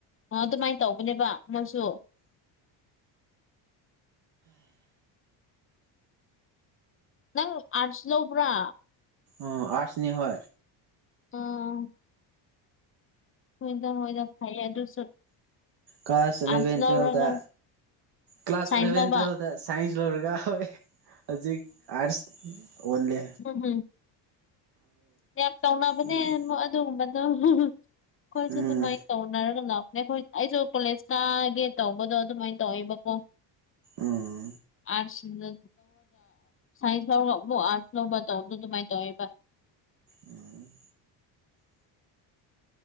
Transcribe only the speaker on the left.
ꯑꯣ ꯑꯗꯨꯃꯥꯏꯅ ꯇꯧꯕꯅꯦꯕ ꯃꯣꯏꯁꯨ ꯅꯪ ꯑꯥꯔꯠꯁ ꯂꯧꯕ꯭ꯔꯥ
ꯑ ꯍꯗ ꯍꯣꯏꯗ ꯐꯌꯦ ꯑꯗꯨꯁꯨ
ꯑꯥꯔꯠꯁ ꯂꯧꯔꯒ
ꯁꯥꯏꯟꯁ
ꯂꯧꯕ
ꯎꯝꯝ ꯌꯥꯝ ꯇꯧꯅꯕꯅꯦ
ꯑꯗꯨꯒꯨꯝꯕꯗꯣ ꯀ
ꯃꯥꯏ ꯇꯧꯅꯔꯒ ꯂꯥꯛꯅꯦ ꯍꯈꯣꯏ ꯑꯩꯁꯨ ꯀꯣꯂꯦꯖ ꯇꯥꯒꯦ ꯇꯧꯕꯗꯣ ꯑꯗꯨꯃꯥꯏꯅ ꯇꯧꯋꯦꯕꯀꯣ
ꯑꯔꯠꯁ ꯅ ꯁꯥꯏꯟꯁꯠꯁ ꯂꯧꯕ ꯇꯧꯕꯗꯣ ꯑꯗꯨꯃꯥꯏꯅ ꯇꯧꯋꯦꯕ